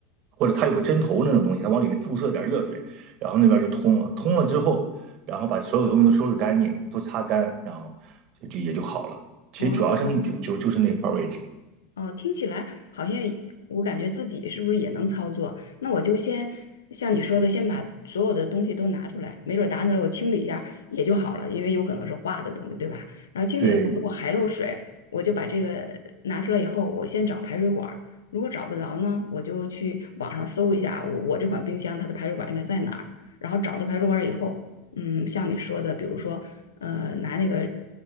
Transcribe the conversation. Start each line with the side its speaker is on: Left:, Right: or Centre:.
Right: 或者他有个针头那种东西，他往里面注射点热水，然后那边就通了，通了之后，然后把所有东西都收拾干净，都擦干，然后就就也就好了。其实主要是就就就是那块位置。
Left: 哦，哦，听起来好像我感觉自己是不是也能操作？那我就先像你说的，先把所有的东西都拿出来，没准儿拿出来我清理一下也就好了，因为有可能是化的东西，对吧？然后清理一下，
Right: 对，
Left: 如果还漏水，我就把这个拿出来以后，我先找排水管儿，如果找不着呢，我就去网上搜一下我我这款冰箱它的排水管应该在哪儿，然后找到排水管儿以后，嗯，像你说的，比如说呃，拿那个